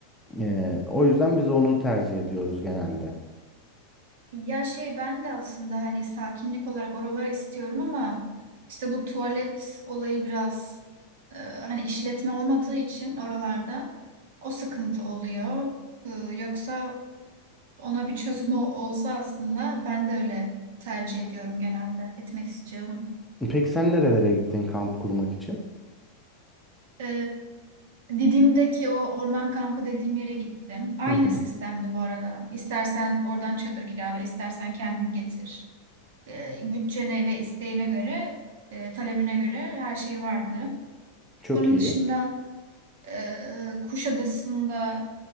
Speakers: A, in the centre; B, on the right (about 55°).
A: E, o yüzden biz onu tercih ediyoruz genelde.
B: Ya şey ben de aslında hani sakinlik olarak oraları istiyorum ama işte bu tuvalet olayı biraz e, hani işletme olmadığı için oralarda o sıkıntı oluyor. E, yoksa ona bir çözüm ol- olsa aslında ben de öyle tercih ediyorum genelde etmek istiyorum.
A: Peki sen nerelere gittin kamp kurmak için?
B: E, Didim'deki o orman kampı dediğim yere gittim. Aynı
A: Hı hı,
B: sistemdi bu arada. İstersen oradan çadır kirala, istersen kendin getir. e, bütçene ve isteğine göre, e, talebine göre her şey vardı.
A: çok
B: Onun
A: iyi.
B: dışında e, Kuşadası'nda